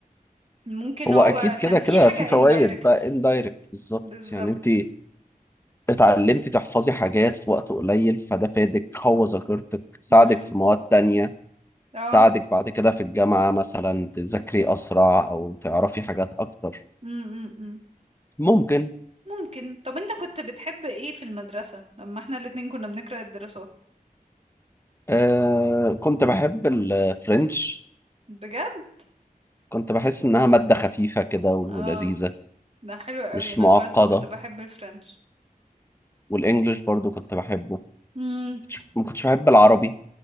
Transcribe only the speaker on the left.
هو
اكيد كده
كده
في فوائد
بقى اندايركت بالظبط
يعني انت اتعلمتي تحفظي حاجات في وقت قليل فده فادك قوى ذاكرتك ساعدك
في مواد تانية
ساعدك بعد كده في الجامعة مثلا تذاكري اسرع او تعرفي حاجات اكتر
ممكن
آه كنت بحب الفرنش
كنت بحس انها مادة خفيفة كده ولذيذة
مش
معقدة
والانجليش برضو كنت بحبه
مش- ما كنتش بحب العربي